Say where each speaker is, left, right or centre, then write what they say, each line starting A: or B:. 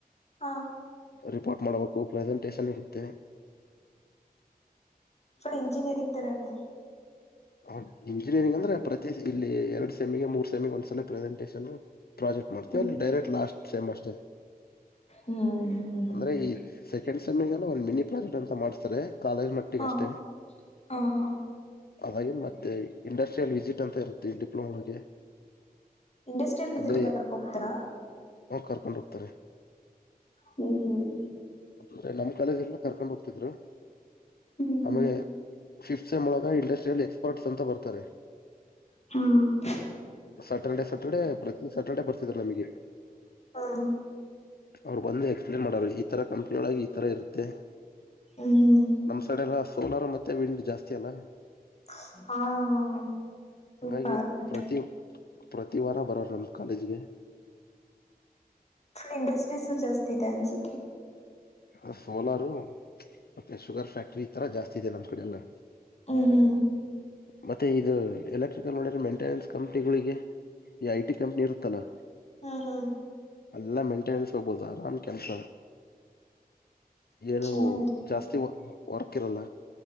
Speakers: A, on the left; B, on the left.
A: ಹಾ
B: ರಿಪೋರ್ಟ್ ಮಾಡ್ಬೇಕು ಪ್ರೆಸೆಂಟೇಶನ್ ಇರುತ್ತೆ.
A: ಫುಲ್ ಇಂಜಿನಿಯರಿಂಗ್ ತರಾನೆ
B: ಹ ಇಂಜಿನಿಯರಿಂಗ್ ಅಂದ್ರೆ ಪ್ರತಿ ಇಲ್ಲಿ ಎರಡ್ ಸೆಮಿಗೆ ಮೂರ್ ಸೆಮಿಗೆ ಒಂದ್ಸಲ ಪ್ರೆಸೆಂಟೇಷನ್ ಪ್ರಾಜೆಕ್ಟ್ ಮಾಡ್ತೀಯ
A: ಹ್ಮ್
B: ಅಲ್ಲಿ ಡೈರೆಕ್ಟ್ ಲಾಸ್ಟ್ ಸೇಮ್ ಅಷ್ಟೇನೆ
A: ಹ್ಮ್ ಹ್ಮ್
B: ಅಂದ್ರೆ
A: ಹ್ಮ್
B: ಈ ಸೆಕೆಂಡ್ ಸೆಮ್ಮಿಂಗ ಎಲ್ಲ ಒಂದ ಮಿನಿ ಪ್ರಾಜೆಕ್ಟ್ ಅಂತ ಮಾಡ್ತಾರೆ ಕಾಲೇಜ್ ಮಟ್ಟ.
A: ಹಾ
B: ಅಷ್ಟ.....
A: ಹಾ ಹಾ
B: ಅದಾಗಿ ಮತ್ತೆ ಇಂಡಸ್ಟ್ರಿಯಲ್ ವಿಸಿಟ್ ಅಂತ ಇರುತ್ತೆ ಡಿಪ್ಲೊಮಾಗೆ.
A: ಇಂಡಸ್ಟ್ರಿಯಲ್ ವಿಸಿಟ
B: ಅಂದ್ರೆ
A: ಎಲ್ಲಾ ಕೋರಕುಂಡ ಹೋಗ್ತಾರ......
B: ಕರ್ಕೊಂಡ್ ಹೋಗ್ತಾರೆ
A: ಹ್ಮ್ ಹ್ಮ್.....
B: ಅಂದ್ರೆ ನಮ್ ಕಾಲೇಜ್ ಎಲ್ಲ ಕರ್ಕೊಂಡ್ ಹೋಗ್ತಿದ್ರು
A: ಹ್ಮ್ ಹ್ಮ...........
B: ಆಮೇಲೆ ಫಿಫ್ತ್ ಸೆಮ್ ಒಳಗ ಇಂಡಸ್ಟ್ರಿಯಲ್ ಎಕ್ಸ್ಪರ್ಟ್ಸ್ ಅಂತ ಬರ್ತಾರೆ
A: ಹ್ಮ್.
B: ಸ್ಯಾಟರ್ಡೆ ಸ್ಯಾಟರ್ಡೆ ಪ್ರತಿ ಸ್ಯಾಟರ್ಡೆ ಬರ್ತಿದರಲ್ಲ ನಮಗೆ.
A: ಹ್ಮ್
B: ಅವ್ರು ಬಂದು ಎಕ್ಸ್ಪ್ಲೇನ್ ಮಾಡಾರ ಈತರ ಕಂಪನಿ ಒಳೆಗೆ ಈ ತರ ಇರುತ್ತೆ.
A: ಹ್ಮ್ ಹ್ಮ್
B: ನಮ್ ಸಡೆ ಎಲ್ಲ ಸೋಲಾರ ಮತ್ತೆ ವಿಂಡ್ ಜಾಸ್ತಿ ಅಲ್ಲಾ.
A: ಹಾ ಹಾ ಹಾ... ಸ್ಲ್ಪಾರ್ಕ.
B: ಹಾಗಾಗಿ ಪ್ರತಿ ಪ್ರತಿ ವಾರ ಬರೋರ ನಮ ಕಾಲೇಜ್ಗೆ.
A: ಇಂಡಸ್ಟ್ರೀಸು ಜಸ್ತಿ ಇದೇ ಅನ್ಸುತ್ತೆ.
B: ಅ ಸೋಲಾರ ಮತ್ತೆ ಶುಗರ್ ಫ್ಯಾಕ್ಟ್ರಿ ಈ ತರ ಜಾಸ್ತಿ ಇದೆ ನಮ್ಮ್ ಕಡೆ ಎಲ್ಲ.
A: ಹ್ಮ ಹ್ಮ.
B: ಮತ್ತೆ ಇದು ಎಲೆಕ್ಟ್ರಿಕಲ್ ನೋಡಿದ್ರ ಮೇಂಟೆನೆನ್ಸ್ ಕಂಪ್ನಿಗಳಿಗೆ. ಈ ಐಟಿ ಕಂಪ್ನಿ ಇರುತ್ತಲಾ.
A: ಹಾ ಹಾ
B: ಅಲ್ಲ ಮೆಂಟೆನೆನ್ಸ್ ಹೋಗಬೋದು ಆರಾಮ್ ಕೆಲಸ. ಏನು
A: ಚೆನ್ನಾಗಿರುತ್ತೆ
B: ಜಾಸ್ತಿ ವರ್ಕ್ ಇರಲ್ಲ.